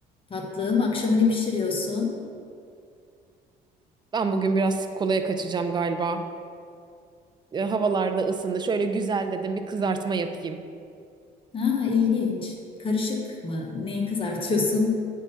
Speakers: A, on the left (about 30°); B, on the right (about 25°).
A: Tatlım, akşama ne pişiriyorsun?
B: Ben bugün biraz kolaya kaçacağım galiba. E, Havalarda ısındı. Şöyle güzel dedim bir kızartma yapayım.
A: Ha, ilginç. Karışık mı? Neyi kızartıyorsun?